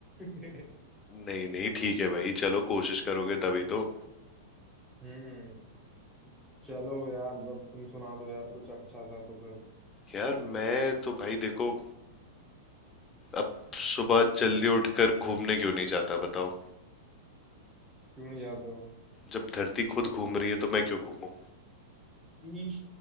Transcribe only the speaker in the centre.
<laughs>
हम्म चलो यार अब तुम सुना दो यार कुछ अच्छा सा तो फिर
न-
क्यों नहीं जाते हो
ईश